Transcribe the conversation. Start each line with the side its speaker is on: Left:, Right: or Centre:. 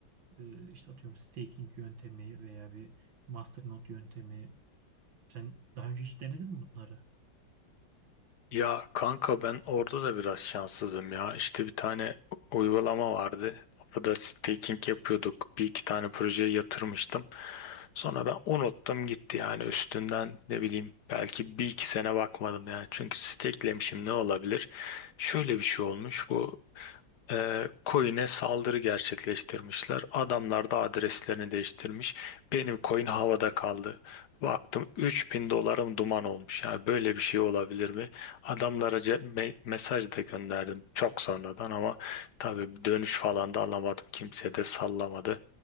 Right: e, işte atıyorum staking yöntemi veya bir masternode yöntemi. Sen daha önce hiç denedin mi bunları?
Left: Ya kanka ben orada da biraz şanssızım ya. İşte bir tane u- uygulama vardı. Orada staking yapıyorduk. Bir iki tane projeye yatırmıştım. Sonra ben unuttum gitti yani üstünden ne bileyim belki bir iki sene bakmadım yani. Çünkü stakelemişim ne olabilir? Şöyle bir şey olmuş. Bu E, coin'e saldırı gerçekleştirmişler. Adamlar da adreslerini değiştirmiş. Benim coin havada kaldı. Baktım 3000 dolarım duman olmuş. Yani böyle bir şey olabilir mi? Adamlara ce- me- mesaj da gönderdim çok sonradan ama tabii dönüş falan da alamadım. Kimse de sallamadı.